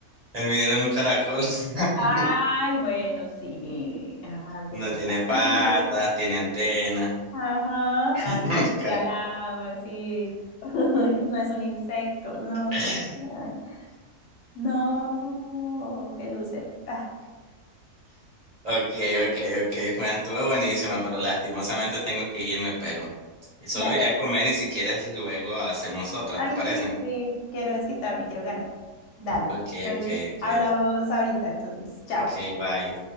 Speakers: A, on the right; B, on the left.
A: El mío era un caracol. <laughs>
B: Ay, bueno, sí. Ah, qué
A: No
B: tonta.
A: tiene patas,
B: <laughs>
A: tiene antena.
B: Ajá,
A: <laughs>
B: ahí te metí
A: Ca-
B: al agua, así. <laughs> No es un insecto, no.
A: <laughs>
B: co- ah, No, qué loser. Ah,
A: Okay, okay, okay. Bueno, estuvo buenísima, pero lastimosamente tengo que irme, pero solo
B: dale.
A: iré a comer y si quieres luego hacemos otra,
B: Ay,
A: ¿te parece?
B: sí, sí. Quiero desquitarme, quiero ganar. Dale.
A: Okay,
B: Entonces,
A: okay, okay.
B: hablamos ahorita, entonces, chao.
A: Okay, bye.